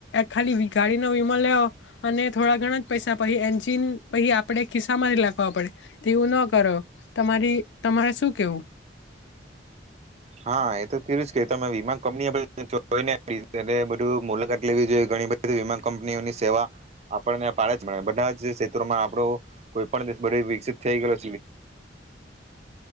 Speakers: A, on the left (about 70°); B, on the right (about 35°).
A: ખાલી ગાડીનો વીમો લેઓ અને થોડા ઘણા જ પૈસા પછી એન્જિન પછી આપણે ખિસ્સામાંથી લાખ વા પડે તેવું ન કરો. તમારી તમારે શું કેવું?
B: હા એ તો તેવું જ કે વીમા કંપનીઓ બધી જોઈને એ બધું મુલાકાત લેવી જોઈએ. ઘણી બધી વીમા કંપનીઓની સેવા આપને પાળે જ મળે બધા જ ક્ષેત્રોમાં આપડો કોઈ પણ <inaudible> બધે વિકસિત થઈ ગેલો